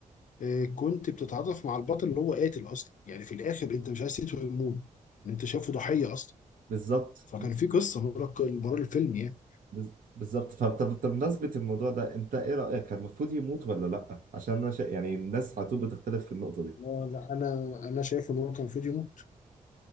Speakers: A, on the left; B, on the right.
A: آه، كنت بتتعاطف مع البطل اللي هو قاتل اصلا يعني في الاخر انت مش عايز تيتو يموت انت شايفه ضحيه اصلا
B: بالظبط
A: فكان في قصه ورا ورا الفيلم يعني
B: بز- بالظبط فطب طب بمناسبة الموضوع ده انت ايه رأيك كان المفروض يموت ولا لا عشان انا شا... يعني الناس على طول بتختلف في النقطة دي
A: لا لا انا انا شايف ان هو كان المفروض يموت